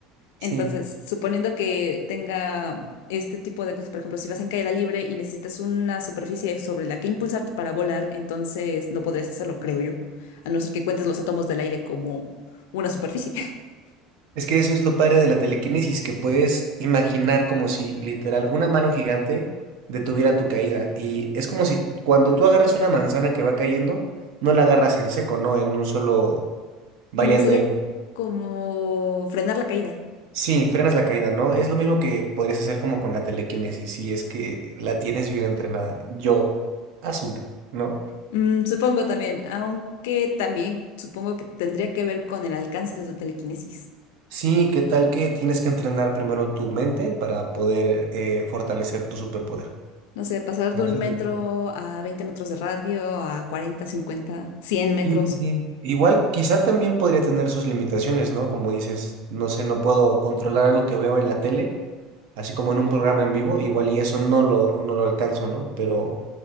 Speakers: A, on the right; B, on the left.
A: Sí.
B: Entonces, suponiendo que tenga este tipo de cosas, por ejemplo, si vas en caída libre y necesitas una superficie sobre la que impulsarte para volar, entonces no podrías hacerlo, creo yo, a no ser que cuentes los átomos del aire como una superficie. <laughs>
A: Es que eso es lo padre de la telequinesis, que puedes imaginar como si literal una mano gigante detuviera tu caída. Y es como si cuando tú agarras una manzana que va cayendo, no la agarras en seco, ¿no? En un solo... Vaya
B: Mm,
A: en
B: Sería
A: el...
B: como frenar la caída.
A: Sí, frenas la caída, ¿no? Es lo mismo que podrías hacer como con la telequinesis, si es que la tienes bien entrenada. Yo asumo, ¿no?
B: Mm, supongo también, aunque también supongo que tendría que ver con el alcance de tu telequinesis.
A: Sí, ¿qué tal que tienes que entrenar primero tu mente para poder eh, fortalecer tu superpoder?
B: No sé, pasar de
A: No
B: un
A: sé si-
B: metro a 20 metros de radio, a 40, 50, 100 metros.
A: Sí, sí, sí. Igual, quizá también podría tener sus limitaciones, ¿no? Como dices, no sé, no puedo controlar algo que veo en la tele, así como en un programa en vivo, igual y eso no lo, no lo alcanzo, ¿no? Pero